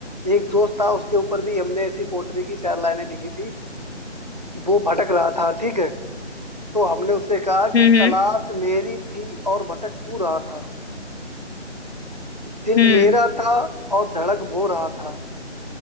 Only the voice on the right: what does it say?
एक दोस्त था उसके ऊपर भी हमने ऐसी पोट्री की चार लाइनें लिखी थी वो भटक रहा था ठीक है तो हमने उससे कहा कि
तलाश मेरी थी और भटक तू रहा था दिल
मेरा था और धड़क वो रहा था